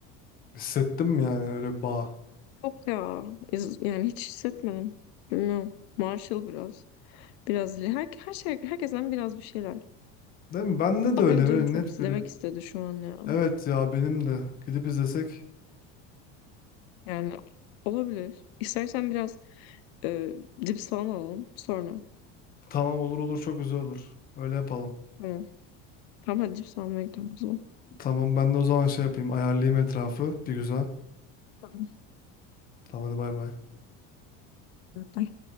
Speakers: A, on the left; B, on the left.
A: Hissettim yani öyle bir bağ.
B: Yok ya. iz- Yani hiç hissetmedim. Bilmiyorum. Marshall biraz. Biraz Lee. her, her şey, herkesten biraz bir şeyler.
A: Değil mi? Bende
B: Hatta
A: de öyle
B: benim canım
A: böyle
B: çok
A: net
B: izlemek
A: biri.
B: istedi şu an ya.
A: Evet ya benim de. Gidip izlesek.
B: Yani olabilir. İstersen biraz e, cips falan alalım sonra.
A: Tamam olur olur çok güzel olur. Öyle yapalım.
B: Tamam. Tamam hadi cips almaya gidelim o zaman.
A: Tamam ben de o zaman şey yapayım. Ayarlayayım etrafı. Bir güzel.
B: Tamam.
A: Tamam hadi bay bay.
B: Bye.